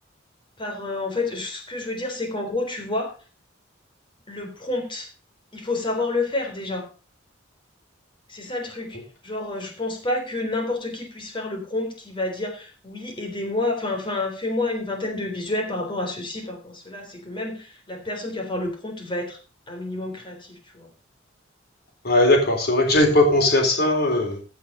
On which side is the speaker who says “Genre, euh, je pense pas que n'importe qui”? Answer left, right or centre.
Left